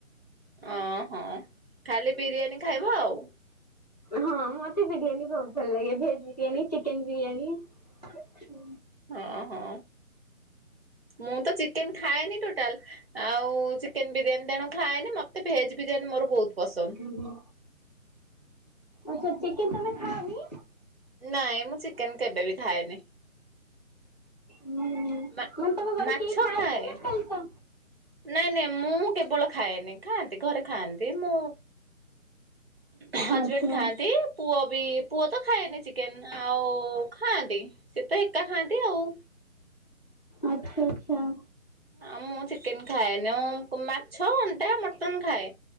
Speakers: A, on the right; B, on the left.
A: ଅଁ ହ ଖାଲି ବିରିୟାନୀ ଖାଇବ ଆଉ।
B: ହଁ ମତେ ବିରିୟାନୀ ବହୁତ ଭଲ ଲାଗେ ଭେଜ ବିରିୟାନୀ ଚିକେନ ବିରିୟାନୀ।
A: ହଁ ହଁ ମୁଁ ତ ଚିକେନ ଖାଏନି ଟୋଟାଲ ଆଉ ଚିକେନ ବିରିୟାନୀ ତେଣୁ ଖାଏନି ମତେ ଭେଜ ବିରିୟାନୀ ମୋର ବହୁତ ପସନ୍ଦ।
B: ହୁଁ। ଆଚ୍ଛା ଚିକେନ ତମେ ଖାଅନି?
A: ନାଇଁ ମୁଁ ଚିକେନ କେବେ ବି ଖାଏନି।
B: ହୁଁ
A: ମା
B: ମାନେ ତମ ଘରେ
A: ମାଛ
B: କେହି ଖାଆନ୍ତି
A: ଖାଏ
B: ନା ଖାଲି ତ
A: ନାଇଁ ନାଇଁ ମୁଁ କେବଳ ଖାଏନି ଖାଆନ୍ତି ଘରେ ଖାଆନ୍ତି ମୁଁ ହଜବେଣ୍ଡ
B: ଆଚ୍ଛା
A: ଖାଆନ୍ତି। ପୁଅ ବି ପୁଅ ତ ଖାଏନି ଚିକେନ ଆଉ ଖାଆନ୍ତି ସିଏ ତ ଏକା ଖାଆନ୍ତି ଆଉ।
B: ଆଚ୍ଛା ଆଚ୍ଛା।
A: ଆଉ ମୁଁ ଚିକେନ ଖାଏନି ମାଛ, ଅଣ୍ଡା, ମଟନ ଖାଏ।